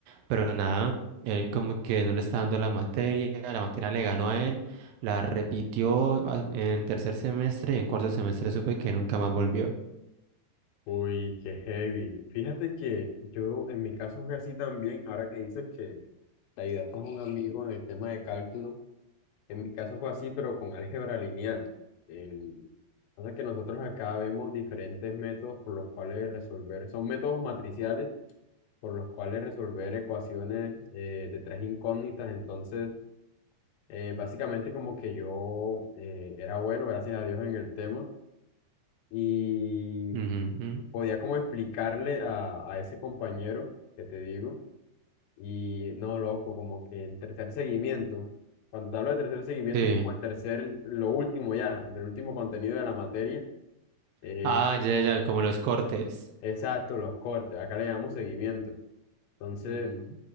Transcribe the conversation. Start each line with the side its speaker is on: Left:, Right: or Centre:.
Right: pero nada, él como que no le estaba dando la materia, la materia le ganó a él, la repitió a- en tercer semestre y en cuarto semestre supe que nunca más volvió.
Left: Uy, qué heavy. Fíjate que yo en mi caso fue así también, ahora que dices que Le ayudaste a un amigo en el tema de cálculo. En mi caso fue así, pero con álgebra lineal. El- pasa que nosotros acá vemos diferentes métodos por los cuales resolver, son métodos matriciales por los cuales resolver ecuaciones eh, de tres incógnitas. Entonces, eh, básicamente como que yo eh, era bueno, gracias a Dios, en el tema y
Right: Ujú, ujú.
Left: podía como explicarle a, a ese compañero que te digo. Y no, loco, como que el tercer seguimiento, cuando te hablo de tercer seguimiento
Right: Sí.
Left: es como el tercer, lo último ya, el último contenido de la materia, eh,
Right: Ah, ya, ya, ya, como los cortes.
Left: exacto, los cortes, acá le llamamos seguimiento. Entonces,
Right: Ujú.